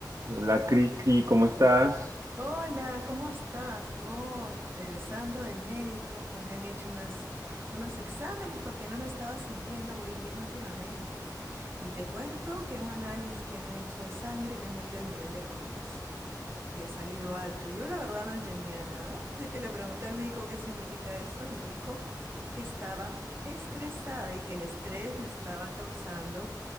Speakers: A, on the right; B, on the right.
A: Hola Cristi, ¿cómo estás?
B: Hola, ¿cómo estás? Hoy, regresando del médico, pues me han hecho unas, unos exámenes porque no me estaba sintiendo muy bien últimamente. Y te cuento que un análisis que me han hecho de sangre me han medido el nivel de cortisol y ha salido alto. Yo la verdad no entendía nada, así que le pregunté al médico qué significa eso y me dijo que estaba estresada y que el estrés me estaba causando